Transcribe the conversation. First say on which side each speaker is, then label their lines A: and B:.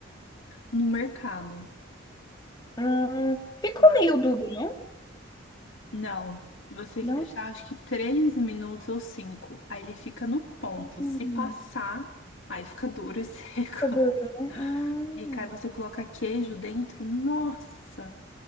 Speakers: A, on the left (about 75°); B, on the left (about 20°).
A: no mercado.
B: Hum, ficou
A: Ah.
B: meio duro, não?
A: Não, você tem
B: Não?
A: que deixar acho que 3 minutos ou cinco Aí ele fica no ponto.
B: Hum,
A: Se passar, aí fica duro e <laughs> seco.
B: fica duro, né? Hum,
A: Fica, aí você coloca queijo dentro. Nossa,